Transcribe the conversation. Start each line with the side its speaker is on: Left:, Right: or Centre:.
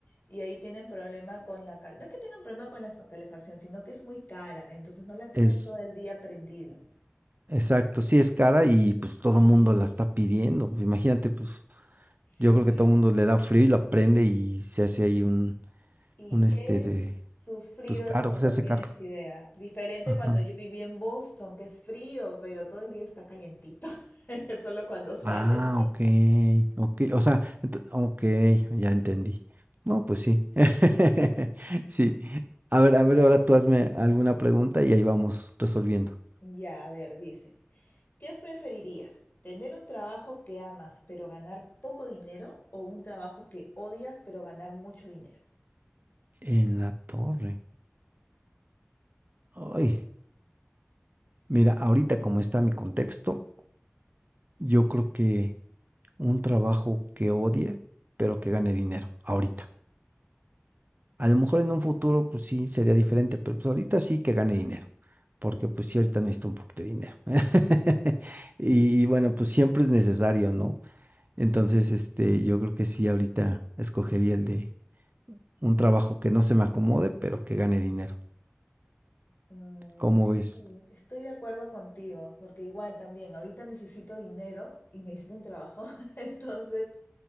Left: y ahí tienen problema con la cal. No es que tengan problema con la fa- calefacción, sino que es muy cara, entonces no la tienen
Right: es
Left: todo el día prendida.
Right: exacto, sí es cara y pues todo mundo la está pidiendo. Imagínate, pues
Left: Sí,
Right: yo creo que todo mundo le da frío y la prende y se hace ahí un,
Left: y
Right: un este
Left: he
Right: de,
Left: sufrido
Right: pues caro,
Left: como
Right: se
Left: no
Right: hace
Left: tienes
Right: caro.
Left: idea. Diferente
Right: Ajá.
Left: cuando yo viví en Boston, que es frío, pero todo el día está calientito, <laughs> solo cuando sales.
Right: Ah, ok, ok, o sea, ent- ok, ya entendí. No, pues sí, <laughs> sí. A ver, a ver, ahora tú hazme alguna pregunta y ahí vamos resolviendo.
Left: Ya, a ver, dice, ¿qué preferirías? ¿Tener un trabajo que amas pero ganar poco dinero o un trabajo que odias pero ganar mucho dinero?
Right: En la torre. Ay. Mira, ahorita como está mi contexto, yo creo que un trabajo que odie, pero que gane dinero, ahorita. A lo mejor en un futuro, pues sí, sería diferente, pero pues ahorita sí que gane dinero, porque pues sí, ahorita necesito un poquito de dinero. <laughs> Y, y bueno, pues siempre es necesario, ¿no? Entonces, este, yo creo que sí, ahorita escogería el de un trabajo que no se me acomode, pero que gane dinero.
Left: Mm,
Right: ¿Cómo
Left: sí,
Right: ves?
Left: estoy de acuerdo contigo, porque igual también ahorita necesito dinero y necesito un trabajo, <laughs> entonces